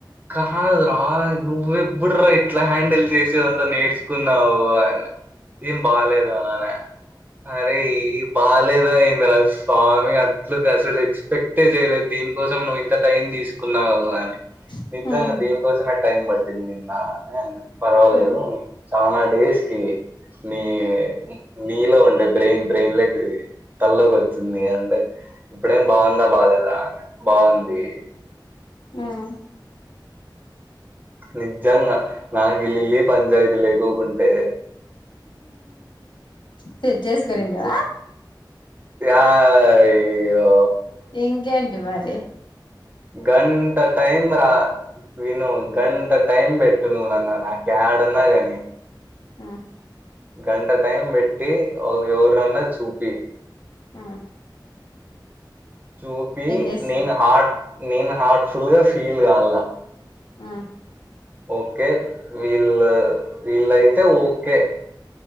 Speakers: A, on the right; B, on the left.
A: కహాదురా నువ్వెబుడ్డ్ రా ఇట్లా హ్యాండిల్ చేసేదంతా నేర్చుకున్నావు ఆయన ఏం బాలేదా అనే అరే ఈ బాలేదా ఏంద్ర స్వామి అట్లది అసలు ఎక్స్పెక్టే చేయలేదు దీనికోసం నువ్వు ఇంత టైం తీసుకున్నావు గాని
B: ఉమ్
A: నిజంగా
B: ఉమ్
A: దీనికోసం టైం పట్టింది నిన్న అనే పర్వాలేదు
B: ఉమ్
A: చాలా డేస్ కి నీ నీలో ఉండే బ్రెయిన్ బ్రెయిన్లె తల్లోకి వచ్చింది అంటే ఇప్పుడేం బాగుందా బాలేదా బాగుంది
B: ఉమ్
A: నిజంగా నాకిలిల్లి పంచాయతీ లేకుకుంటే
B: సెట్జేస్ కునిందా
A: నిజం అయ్యో
B: ఇంకేంటి మరీ
A: గ గంట టైం రా విను గంట టైం పెట్టు నువునన్న నాకు ఏడన్నా గాని
B: ఆ
A: గంట టైం పెట్టి ఎవరన్నా చూపి
B: అ
A: చూపి
B: చేస్తావ్
A: నేను హార్ట్ నేను హార్ట్ఫుల్ గా ఫీల్గాల
B: ఆ
A: ఓకే వీళ్ళ్ వీళ్ళయితే ఓకే